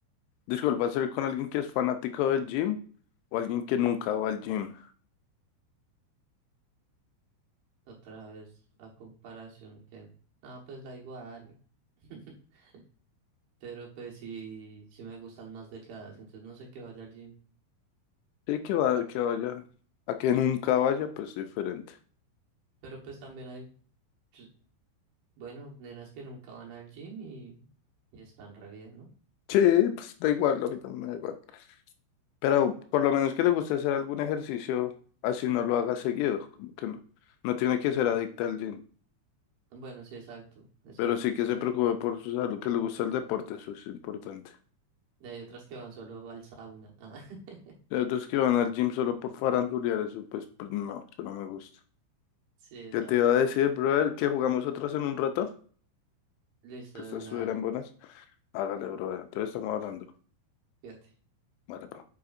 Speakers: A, on the left; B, on the right.
A: Disculpa, salir con alguien que es fanático del gym o alguien que nunca va al gym.
B: Otra vez a comparación que, ah, pues da igual. <laughs> Pero pues sí, sí me gustan más delgadas, entonces no sé qué vaya al gym.
A: Sí, que va, que vaya. A que nunca vaya, pues diferente.
B: Pero pues también hay, ch- bueno, nenas que nunca van al gym y, y están re bien, ¿no?
A: Sí, pues da igual, a mí también me da igual. Pero por lo menos que le guste hacer algún ejercicio, así no lo haga seguido. Como que no, no tiene que ser adicta al gym.
B: Bueno, sí, exacto, exacto.
A: Pero sí que
B: Es que
A: se
B: también
A: preocupe por su salud, que le gusta el deporte, eso es importante.
B: hay otras que van solo al sauna. Ah, <laughs>
A: Hay otros que van al gym solo por farandulear, eso pues, pues no, eso no me gusta.
B: sí, exacto.
A: Yo te iba a decir, brother, que jugamos otras en un rato,
B: Listo,
A: que estas
B: de una,
A: estuvieran
B: dale.
A: buenas. Hágale, brother. Entonces estamos hablando.
B: Va, Fíjate.
A: Vale, pa.